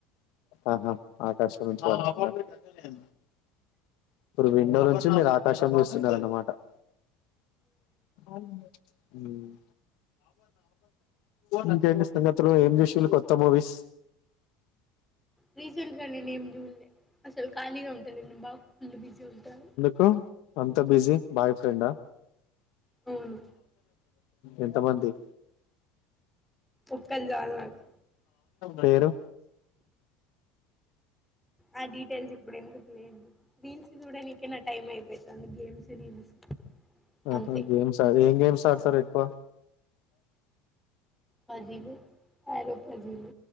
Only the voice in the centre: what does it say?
రీసెంట్ గా నేను ఏం జూల్లె అసలు ఖాళీగా ఉంట లేను నేను బాగా ఫుల్ బిజీ ఉంటాను
అవును
ఒక్కళ్ చాలు నాకు
ఆ డీటెయిల్స్ ఇప్పుడు ఎందుకు లెండి రీల్స్ చూడానికే నా టైం అయిపోతుంది గేమ్స్ రీల్స్
అంతే
పజీలు ఆరో పజీలు